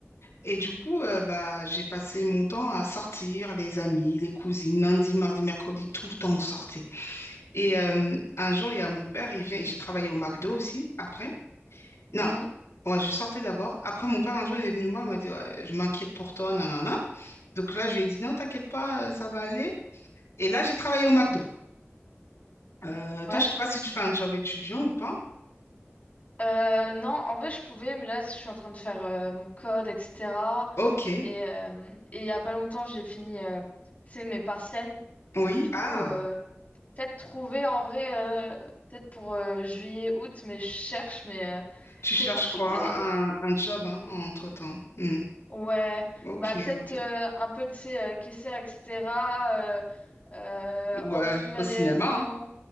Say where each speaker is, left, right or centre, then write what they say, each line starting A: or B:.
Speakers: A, on the left; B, on the left.
A: Et du coup, euh, bah, j'ai passé mon temps à sortir, les amis, les cousines, lundi, mardi, mercredi, tout le temps on sortait. Et euh, un jour, il y a mon père, il vient, j'ai travaillé au McDo aussi, après. Non,
B: Mhm.
A: ouais, je sortais d'abord. Après, mon père, un jour, il est venu me voir, il m'a dit, Ouais, je m'inquiète pour toi, nanana. Donc là, je lui ai dit, non, t'inquiète pas, euh, ça va aller. Et là, j'ai travaillé au McDo. Euh, toi,
B: Ouais.
A: je sais pas si tu fais un job étudiant ou pas.
B: Euh, non, en vrai, je pouvais, mais là, je suis en train de faire euh, mon code, etc.
A: Ok,
B: Et, euh, et il y a pas longtemps, j'ai fini, euh, tu sais, mes partiels.
A: oui.
B: Du
A: Ah,
B: coup, euh, peut-être trouver en vrai, euh, peut-être pour euh, juillet, août, mais je cherche, mais euh,
A: tu
B: c'est
A: cherches
B: compliqué.
A: quoi? Un, un job, hein, entre-temps. Hmm.
B: Ouais,
A: Ok,
B: bah peut-être
A: ok.
B: euh, un peu, tu sais, euh, caissière, etc. euh, euh,
A: Ou
B: entretenir
A: euh, au cinéma,
B: les rayons.
A: hein.